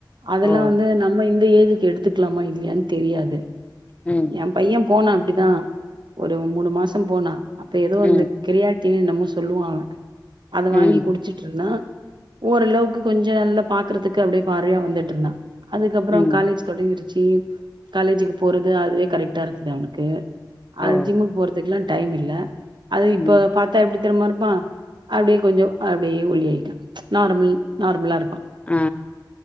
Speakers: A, on the right; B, on the left.
A: அதெல்லா
B: ஓ!
A: வந்து நம்ம இந்த ஏஜுக்கு எடுத்துக்கலாமா இல்லையான்னு தெரியாது
B: ம்,
A: எ பைய போனா அப்டிதா ஒரு மூணு மாசம் போனா அப்ப ஏதோ
B: ம்,
A: அந்த கிரியா ட்டின் என்னம்மோ சொல்லுவா அவ அத
B: ம்,
A: வாங்கி குடிச்சிட்டு இருந்தா ஓரளவுக்கு கொஞ்சோ நல்லா பாக்குறதுக்கு அப்டியே பார்வையா வந்துட்டு இருந்தா அதுக்கப்றோ
B: ம்.
A: காலேஜ் தொடங்கிடுச்சு காலேஜுக்கு போறது அதுவே கரெக்ட்டா இருக்குது அவனுக்கு அது
B: ஓ!
A: ஜிம்முக்கு போறதுக்குல்லா டைம் இல்ல அது இப்ப
B: ம்.
A: பாத்தா எப்டி எப்டி தெரிமா இருப்பா அப்டியே கொஞ்சோ அப்டியே ஒல்லியாகிட்டா நார்மல் நார்மலா இருப்ப
B: அ